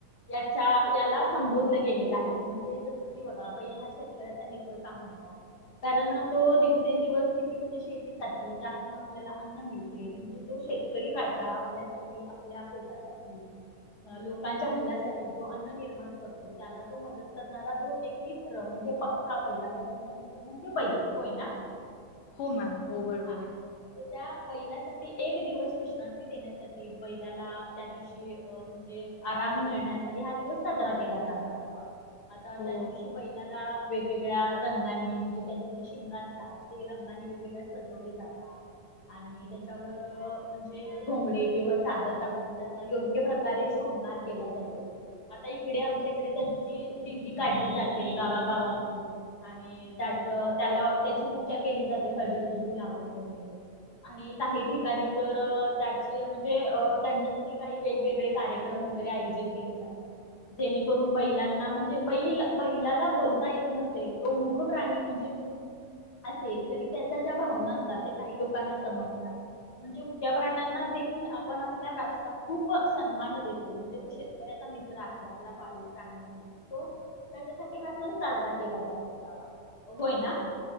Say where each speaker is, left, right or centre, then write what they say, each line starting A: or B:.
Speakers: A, on the left; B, on the left.
A: याच्या याला संबोधलं गेलेलं आहे, म्हणजे जस की बघा बैल हा शेतकऱ्याचा मीत मित्र का म्हणता? कारण तो दिवसेंदिवस किती म्हणजे शेतीसाठी ज्यातून आपल्याला अन्न मिळते. जो शेतकरी राजा, आपल्यासाठी, आपल्या पोटासाठी. लोकांच्या भल्यासाठी जो अन्न निर्माण करतो, त्याला जो मदत करणारा, जो एक मी मित्र म्हणजे पक्का पहिल्यापासूनचा मित्र म्हणजे बाईक होय ना.
B: हो मॅम हो बरोबर
A: हा म्हणजे
B: आहे.
A: त्या बैलासाठी एक दिवस विश्रांती देण्यासाठी बैलाला त्या दिवशी. म्हणजे आराम मिळण्यासाठी हा दिवस साजरा केला जात असावा. आता
B: हो
A: त्या दिवशी बैलाला वेगवेगळ्या रंगांनी म्हणजे त्याची जी शिंग असतात. ते रंगाने वेगवेगळे्या सजवले जातात. आणि त्याच्यावर म्हणजे घोंगडे किंवा. चादर टाकून त्याचा योग्य प्रकारे शृंगार केला जातो. आता इकडे आमच्या इकडे त्याची दिंडी काढली जाते गावागावातून. आणि त्यात त्याला त्याची पूजा केली जाते हळदी कुंकू लावून वगैरे. आणि काही ठिकाणी तर त्याची म्ह. जे त्यांच्यासाठी काही वेगवेगळे कार्यक्रम वगैरे आयोजित केले जातात. जेणेकरून बैलांना म्हणजे बैल बैलाला बोलता येत नसेल. तो मुखप्राणी म्हणजे. असेल तरी त्याच्या ज्या भावना असतात ते काही लोकांना समजतात. म्हणजे मुक्या प्राण्यांना आपण आपल्या राष्ट्रात खूप सन्मान देतो, म्हणजे तो शेतकऱ्याचा मित्र आहे, आपला पाळीव प्राणी आहे. तो, त्याच्यासाठी हा सण साजरा केला जात असावा, होय ना.